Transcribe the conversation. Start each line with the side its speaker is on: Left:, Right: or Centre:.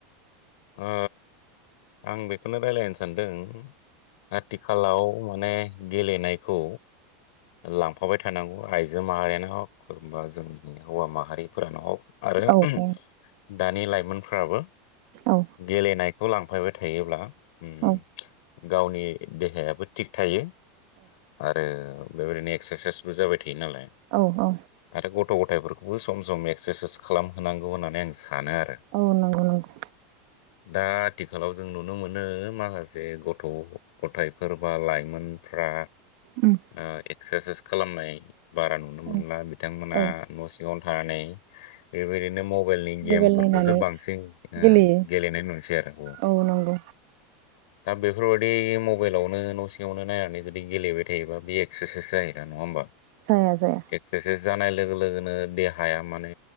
Left: ओ आं बेखौनो राय्लायनो सानदों। आथिखालाव माने गेलेनायखौ लांफाबाय थानांगौ आइजो माहारियानो हक एबा जोंनि हौवा माहारिफोरानो हक। आरो
Right: औ औ
Left: दानि लाइमोनफ्राबो
Right: औ
Left: गेलेनायखौ लां फायबाय थायोब्ला उम
Right: औ
Left: गावनि देहायाबो थिग थायो। आरो बेबायदिनो एक्सारसाइसबो जाबाय थायो नालाय
Right: औ औ
Left: आरो गथ' थायफोरखौबो सम सम एक्सारसाइस खालामहोनांगौ होननानै आं सानो आरो।
Right: औ नंगौ नंगौ
Left: दा आथिखालाव जों नुनो मोनो माखासे गथ' गथाइफोर बा लाइमोनफ्रा
Right: उम
Left: ओ एक्सारसाइस खालामनाय बारा नुनो मोनला।
Right: उम
Left: बिथांमोना
Right: औ
Left: न' सिङाव थानानै बेबायदिनो मबाइलनि गेमफोरखौसो
Right: मबाइल नायनानै
Left: बांसिन ओ
Right: गेलेयो
Left: गेलेनाय नुनसै आरो ग'
Right: औ नंगौ
Left: दा बेफोरबायाददि मबाइलावनो न' सिङावनो नायनानै जुदि गेलेबाय थायोबा बे एक्सारसाइस जाया नङा होमबा
Right: जाया जाया
Left: एक्सारसाइस जानाय लोगो लोगोनो देहाया माने